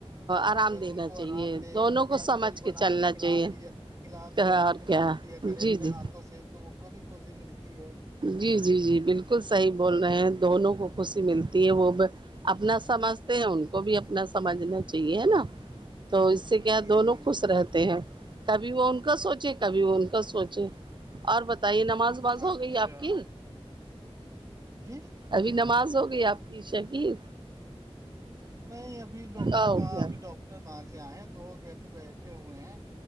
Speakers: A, on the right; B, on the right.
A: آرام دینا
B: ان کو
A: چاہیے
B: آرام دے
A: دونوں کو
B: کبھی
A: سمجھ
B: کبھی بنا
A: چلنا
B: کے کھلا
A: چاہیے
B: دیا کلایا
A: کیا اور
B: کلا
A: کیا
B: بھی دیا
A: جی
B: کرے اپنے
A: جی
B: ہاتھوں سے کہ ان کو بھی خوشی ملتی ہے
A: جی جی جی بالکل صحیح بول رہے ہیں دونوں کو خوشی ملتی ہے وہ اپنا سمجھتے ہیں ان کو بھی اپنا سمجھنا چاہیے ہے نا تو اس سے
B: ہوں
A: کیا دونوں خوش رہتے ہیں کبھی وہ ان کا سوچے کبھی وہ ان کا سوچے اور بتائیے نماز وماز ہو
B: اچھا
A: گئی آپ کی
B: جی
A: ابھی نماز ہو گئی آپ کی شکییر
B: نہیں ابھی ڈاکٹر
A: ہو
B: کہاں
A: گیا
B: ابھی ڈاکٹر کہاں سے آئے ہیں دوگ اب بیٹھے ہوئے ہیں